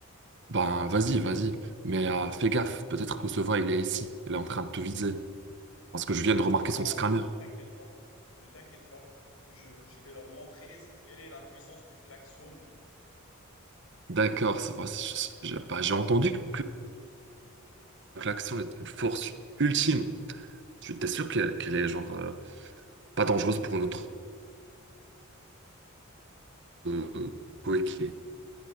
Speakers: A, on the right; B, on the left.
A: Ben, vas-y, vas-y. Mais euh, fais gaffe, peut-être que ce va, il est ici. Il est en train de te viser. Parce que je viens de remarquer
B: Non,
A: son scanner.
B: ne t'inquiète pas, ne t'inquiète pas. Je, je vais leur montrer ce- quelle est la puissance du klaxon.
A: D'accord, c'est vrai, c'est- j'ai bah, j'ai entendu que l'action est une force ultime. Tu t'es sûr qu'elle qu'elle est genre euh, pas dangereuse pour notre euh, coéquipier?